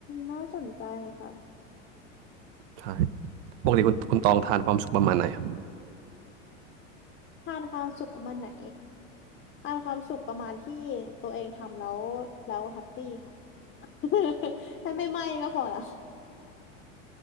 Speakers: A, on the left; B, on the right.
A: น่าสนใจค่ะ
B: ใช่ปกติคุณคุณตองทานความสุขประมาณไหนครับ
A: ทานความสุขประมาณไหน ทานความสุขประมาณที่ตัวเองทำแล้ว แล้วแฮปปี้ค่ะ <laughs> ให้ไม่ไหม้ก็พอละ